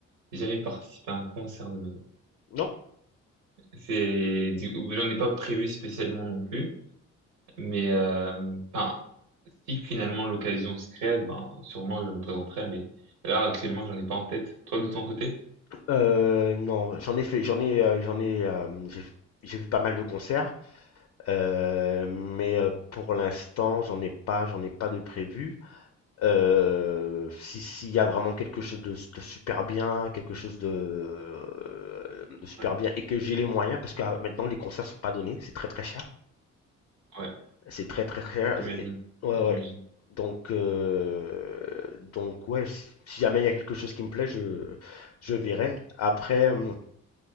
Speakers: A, on the right; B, on the left.
A: J'ai jamais participé à un concert de ma vie.
B: Non?
A: C'est, du- j'en ai pas prévu spécialement non plus. Mais, euh, enfin, si finalement l'occasion se crée, ben, sûrement je me présenterai. Mais là, actuellement, j'en ai pas en tête. Toi, de ton côté?
B: Heu, non, j'en ai fait j'en ai, heu, j'en ai, hem, j'ai j'ai vu pas mal de concerts, heu, mais, heu, pour l'instant, j'en ai pas j'en ai pas de prévu. Heu, si s'il y a vraiment quelque chose de de super bien, quelque chose de de super
A: Ouais,
B: bien et que j'ai les moyens parce que à maintenant les concerts sont pas donnés, c'est très, très cher.
A: ouais,
B: C'est très, très cher
A: j'imagine,
B: et ouais,
A: j'imagine.
B: ouais. Donc, heu, donc ouais, si si jamais il y a quelque chose qui me plaît, je je verrai. Après, hum,